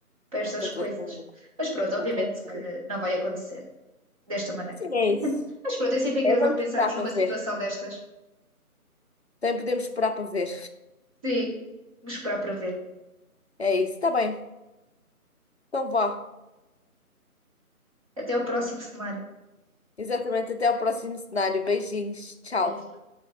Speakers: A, on the right (about 25°); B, on the left (about 45°).
A: para estas
B: Ah, completamente,
A: coisas. Mas pronto,
B: completamente.
A: obviamente que não vai acontecer desta maneira.
B: Sim, é isso.
A: Mas pronto, é sempre engraçado
B: É, vamos
A: pensarmos
B: esperar
A: numa
B: para ver.
A: situação destas.
B: Também podemos esperar para ver.
A: Sim, vamos esperar para ver.
B: É isso, está bem. Então vá.
A: Até ao próximo cenário.
B: Exatamente, até ao próximo cenário. Beijinhos, tchau.
A: Beijinhos.